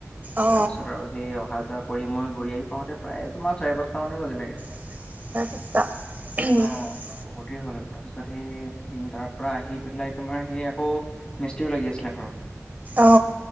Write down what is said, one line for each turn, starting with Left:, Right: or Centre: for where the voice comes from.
Right: অ
Left: তাৰপিছত আৰু সেই অহা যোৱা কৰি মই ঘূৰি আহি পাওঁতে প্ৰায় তোমাৰ চাৰি পাঁচটা মানে বাজিলেগে।
Right: <inaudible>
Left: অ', বহুতেই হ'ল তাৰ পিছত সেই উম, তাৰ পৰাৰা আহি পেলাই তোমাৰ সেই আকৌ, মিস্ত্ৰীও লাগি আছিলে ঘৰত
Right: অ